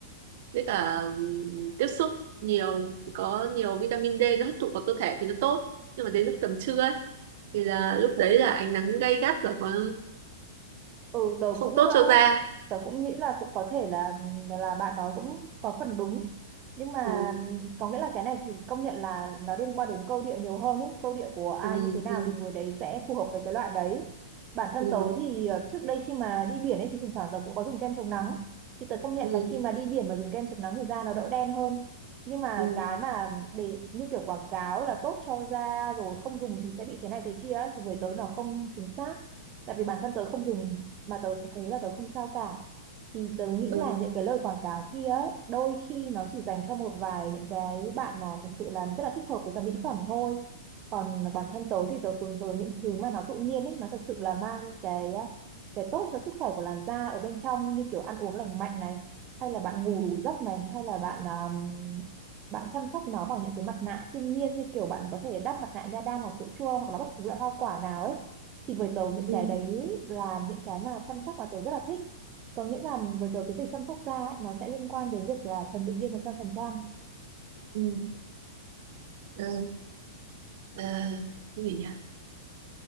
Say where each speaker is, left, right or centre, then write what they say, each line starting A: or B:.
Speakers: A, on the right (about 55°); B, on the right (about 35°).
A: với cả ừm, tiếp xúc nhiều có nhiều vitamin D nó hấp thụ vào cơ thể thì nó tốt nhưng mà đến lúc tầm trưa ấy, thì là lúc đấy là ánh nắng gay gắt và có
B: Ừ, tớ
A: không
B: cũng
A: tốt
B: ờ,
A: cho da
B: tớ cũng nghĩ là cũng có thể là là bạn nói cũng có phần đúng nhưng mà
A: ừ,
B: có nghĩa là cái này thì công nhận là nó liên quan đến câu địa nhiều hơn ý câu địa của ai
A: ừ,
B: như thế nào
A: ừ,
B: thì người đấy sẽ phù hợp với cái loại đấy bản thân
A: ừ,
B: tớ thì ờ, trước đây khi mà đi biển ấy thì thỉnh thoảng tớ cũng có dùng kem chống nắng thì tớ công nhận
A: ừ,
B: là khi mà đi biển mà dùng kem chống nắng thì da nó đỡ đen hơn nhưng mà
A: ừ,
B: cái mà để như kiểu quảng cáo là tốt cho da rồi không dùng thì sẽ bị thế này thế kia ấy, thì với tớ nó không chính xác tại vì bản thân tớ không dùng mà tớ thấy là tớ không sao cả thì tớ nghĩ
A: ừ,
B: là
A: ừ,
B: những cái lời quảng cáo kia ấy đôi khi nó chỉ dành cho một vài những cái bạn mà thực sự là rất là thích hợp với cả mỹ phẩm thôi còn bản thân tớ thì tớ hướng tới những thứ mà nó tự nhiên ấy nó thật sự là mang cái cái tốt cho sức khỏe của làn da ở bên trong như kiểu ăn uống lành mạnh này hay là bạn ngủ đủ giấc này hay là bạn um, bạn chăm sóc nó bằng những cái mặt nạ thiên nhiên như kiểu bạn có thể đắp mặt nạ nha đam hoặc sữa chua hoặc là bất cứ loại hoa quả nào ấy thì với tớ những
A: ừ,
B: cái đấy là những cái mà chăm sóc mà tớ rất là thích có nghĩa là với tớ cái việc chăm sóc da ấy, nó sẽ liên quan đến việc là thuần tự nhiên 100%
A: ừ, ừ, ờ, cái gì nhỉ